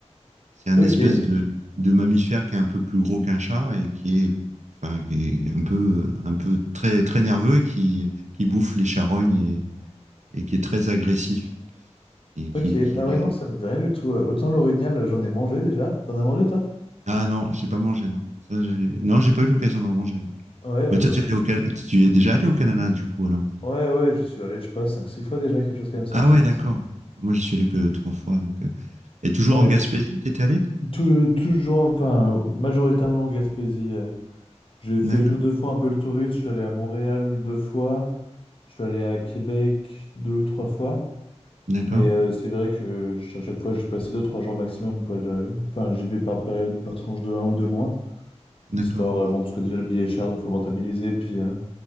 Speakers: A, on the right; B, on the left.
A: C'est un
B: Ok,
A: espèce de, de mammifère qui est un peu plus gros qu'un chat et qui est, enfin, qui est un peu, euh, un peu très, très nerveux et qui, qui bouffe les charognes et, et qui est très agressif. Et qui,
B: ok.
A: qui...
B: Ah ouais, non, ça me dit rien du tout. Euh, Autant l'orignal, j'en ai mangé déjà. T'en as mangé, toi?
A: Ah non, j'ai pas mangé, non. Ça, j'ai- non, j'ai pas eu l'occasion d'en manger. hein.
B: Ouais, bah
A: Mais toi,
B: j'en
A: tu
B: ai...
A: es allé au Can- tu es déjà allé au Canada, du coup, alors?
B: Ouais, ouais, j'y suis allé, je sais pas, 5-6 fois déjà, quelque chose comme ça.
A: Ah ouais, d'accord. Moi, j'y suis allé que trois fois. Donc, euh. Et toujours
B: Ouais,
A: en Gaspésie, tu étais allé?
B: Tou- toujours, enfin, majoritairement en Gaspésie. euh. J'ai fait
A: D'accord,
B: une ou deux fois un peu le touriste. Je suis allé à Montréal deux fois. Je suis allé à Québec deux ou trois fois.
A: d'accord,
B: Mais euh, c'est vrai que ch- à chaque fois, j'ai passé deux, trois jours maximum, quoi. de- Enfin, j'y vais par période, par tranche de un ou deux mois.
A: d'accord.
B: Histoire, euh, bon, parce que déjà le billet est cher, donc faut le rentabiliser. Puis euh,